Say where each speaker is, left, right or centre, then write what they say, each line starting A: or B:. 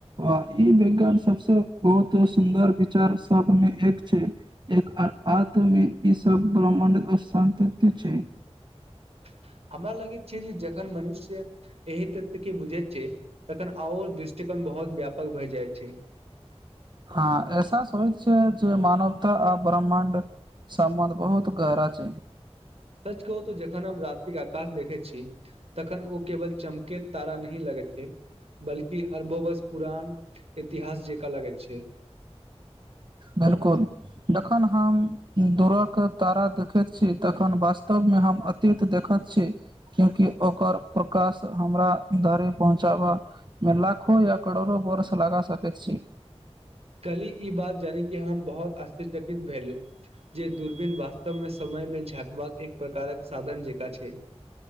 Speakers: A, on the right; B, on the right.
A: आ ई विज्ञान सबसे बहुत सुन्दर विचार सबमे एक छै एक आ आतुलि ईसभ ब्राम्माण्ड स्तित्व छै
B: <inaudible> हमरा लगै छै जे जखन मनुष्य एहि तत के बुझे छै तखन आओ दृष्टिकोण बहुत व्यापक भइ जाइत छै
A: हाँ एहसास होय छै जे मानवता आ ब्रह्मण्ड समन्ध बहुत गहरा छै
B: सच कहू तऽ जखन हम रात्रिक आकाश देखै छी तखन ओ केवल चमकेैत तारा नही लगै छै बल्कि अरबोवस पुरान इतिहास जेकाँ लगैत छै
A: बिल्कुल जखन हम दूरक तारा देखैत छी तखन वास्तवमे हम अतीत देखैत छी क्यूकि ओकर प्रकाश हमरा धरे पहुँचाबामे लाखो करोड़ों बर्ष लगा सकै छी
B: कली ई बात जानी कि हम बहुत आश्च्यचकित भेलू जे दूरबीन वास्तवमे समयमे झाँकबाक एक प्रकारक साधन जेकाँ छै